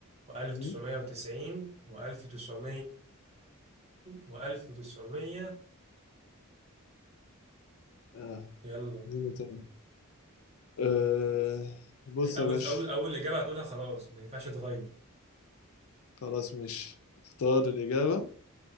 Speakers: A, on the right; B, on the left.
A: و1990
B: امم
A: و1987 و1982
B: اه
A: يلا
B: اديني تاني آه بص
A: اول
B: يا باشا
A: اول اول اجابه هتقولها خلاص ما ينفعش تغير
B: خلاص ماشي اختار الإجابة